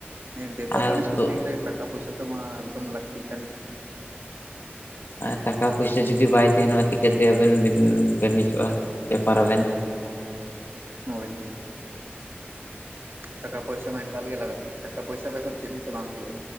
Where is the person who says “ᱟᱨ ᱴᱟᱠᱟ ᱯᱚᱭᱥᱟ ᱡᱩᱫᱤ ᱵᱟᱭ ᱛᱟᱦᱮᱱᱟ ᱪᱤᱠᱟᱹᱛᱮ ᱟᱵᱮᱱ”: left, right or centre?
Left